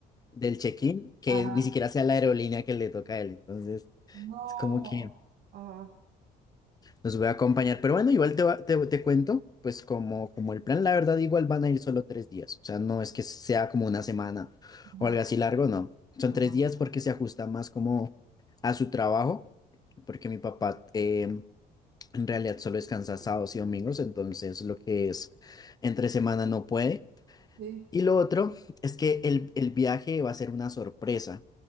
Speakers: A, on the left; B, on the right.
A: del check-in, que
B: Ajá.
A: ni siquiera sea la aerolínea que le toca a él, entonces
B: No.
A: es como que...
B: Ajá.
A: Los voy a acompañar, pero bueno, igual te, va- te, te cuento, pues como, como el plan, la verdad, igual van a ir solo tres días, o sea, no es que sea como una semana
B: ajá.
A: o algo así largo, no, son
B: Ajá.
A: tres días porque se ajusta más como a su trabajo, porque mi papá eh, en realidad solo descansa sábados y domingos, entonces lo que es entre semana no puede,
B: Sí.
A: y lo otro es que el, el viaje va a ser una sorpresa.